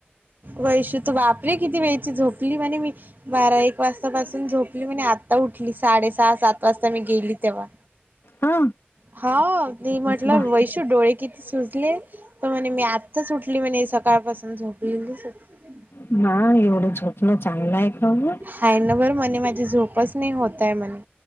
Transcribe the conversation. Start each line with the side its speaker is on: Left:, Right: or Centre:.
Right: वैश वापरे किती वेळची झोपली म्हणे मी बारा एक वाजतापासून झोपली म्हणे आता उठली. साडे सहा सात वाजता मी गेली तेव्हा,
Left: हा
Right: हा. ती म्हटलं
Left: वा
Right: वैशू डोळे कित सुटले तर म्हणे मी आत्ताच उठली म्हणे सकाळपासून झोपलेलीच होती.
Left: ना एवढं झोपणं चांगलं आहे का गं?
Right: हाय नां बर म्हणे माझी झोपच नाही होत आहे म्हणे.